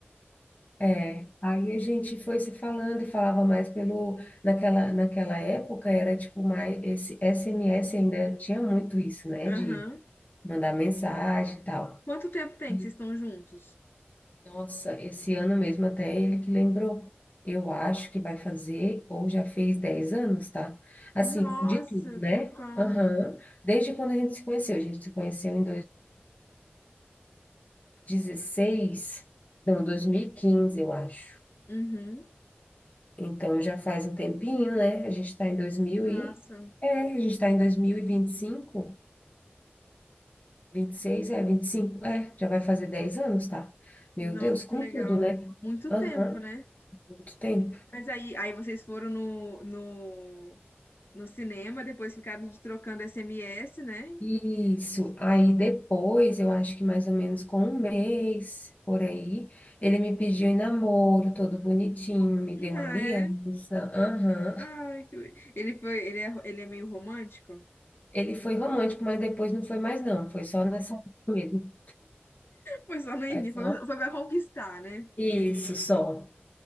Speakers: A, on the left; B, on the left.
A: É, aí a gente foi se falando e falava mais pelo, naquela, naquela época era tipo mais, esse SMS ainda tinha muito isso, né,
B: aham.
A: de mandar mensagem e tal.
B: Quanto tempo tem
A: E,
B: que vocês estão juntos?
A: Nossa, esse ano mesmo até ele que lembrou, eu acho que vai fazer, ou já fez 10 anos, tá? Assim,
B: Nossa,
A: de tudo, né?
B: um tempão.
A: Aham, Desde quando a gente se conheceu, a gente se conheceu em 2016, não, 2015 eu acho.
B: Uhum.
A: Então já faz um tempinho, né? A gente está em dois mil
B: Nossa,
A: e é, a gente está em dois mil e e vinte vinte cinco vinte e seis é vinte e cinco é, já vai fazer 10 anos, tá? Meu
B: nossa,
A: Deus, com
B: que legal.
A: tudo, né?
B: Muito
A: Aham,
B: tempo, né?
A: muito tempo.
B: Mas aí, aí vocês foram no, no, no cinema, depois ficaram de- trocando SMS, né?
A: Isso. Aí depois, eu acho que mais ou menos com um mês por aí, ele me pediu em namoro, todo bonitinho, me deu
B: Ah,
A: aliança.
B: é?
A: Aham.
B: Ai, que le- Ele foi, ele é, ele é meio romântico?
A: Ele foi romântico, mas depois não foi mais, não. Foi só nessa época mesmo.
B: Foi só no início,
A: É só.
B: foi, foi pra conquistar, né?
A: Isso, só.